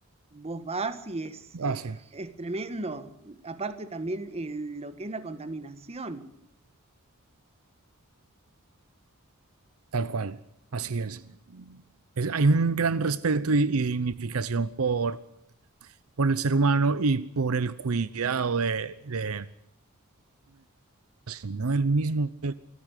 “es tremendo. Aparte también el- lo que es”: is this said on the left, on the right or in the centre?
Right